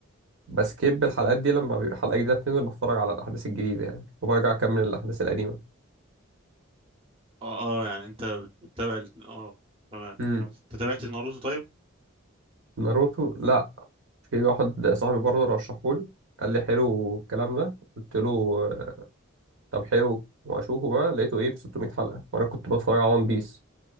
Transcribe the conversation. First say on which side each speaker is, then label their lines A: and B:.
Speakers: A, on the right; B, on the right.
A: وبسكيب الحلقات دي لما بيبقى حلقة جديدة بتنزل بتفرج على الأحداث الجديدة يعني وبرجع أكمل الأحداث القديمة
B: اه آه، يعني انت بتتابع ال- اه تمام
A: امم
B: انت تابعت ناروتو طيب
A: ناروتو لا في واحد صاحبي برضه رشحهولي قال لي حلو الكلام ده قلت له آه، طب حلو واشوفه بقى لقيته ايه ب 600 حلقه وانا كنت بتفرج على ون بيس